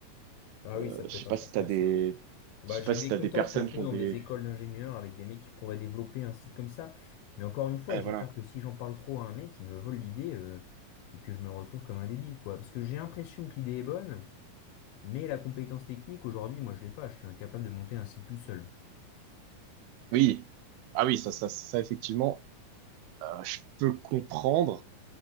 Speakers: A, on the left; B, on the right.
A: Ah
B: Euh,
A: oui, ça peut
B: je sais
A: être important,
B: pas si t'as des,
A: ça. Bah,
B: je sais
A: j'ai
B: pas si
A: des
B: t'as
A: contacts
B: des personnes
A: un peu
B: qui ont
A: dans
B: des,
A: des écoles d'ingénieurs avec des mecs qui pourraient développer un site comme ça. Mais encore une fois,
B: Ouais,
A: j'ai
B: voilà.
A: peur que si j'en parle trop à un mec, il me vole l'idée euh, et que je me retrouve comme un débile, quoi. Parce que j'ai l'impression que l'idée est bonne, mais la compétence technique, aujourd'hui, moi, je l'ai pas. Je suis incapable de monter un site tout seul.
B: Oui, ah oui, ça, ça, ça effectivement, euh, je peux comprendre.